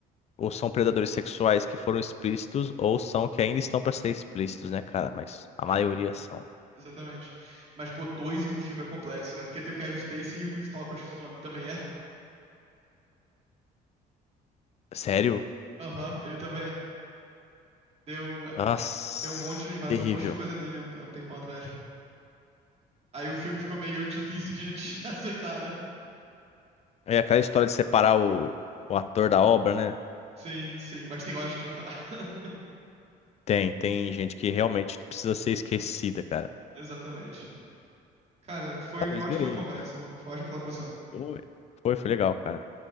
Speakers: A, on the left; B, on the right.
A: ou são predadores sexuais que foram explícitos, ou são que ainda estão para ser explícitos, né, cara? Mas a
B: É,
A: maioria são.
B: exatamente. Mas, pô, dois em um filme é complexo, né? Porque tem o Kevin Spacey e o principal, que eu acho que é o nome, que também é.
A: Sério?
B: Aham, ele também é. Deu,
A: Nossa,
B: deu um monte, de- vazou
A: terrível.
B: um monte de coisa dele há um, há um tempão atrás. Aí o filme ficou meio difícil de, de <laughs> aceitar, né?
A: É aquela história de separar o, o ator da obra, né?
B: Sim, sim, mas tem horas que não dá. <laughs>
A: Tem, tem gente que realmente precisa ser esquecida, cara.
B: Exatamente. Cara, foi
A: Ah,
B: uma
A: mas
B: ótima
A: beleza,
B: conversa,
A: cara.
B: irmão. Foi ótimo falar com você.
A: Foi, foi, foi legal, cara.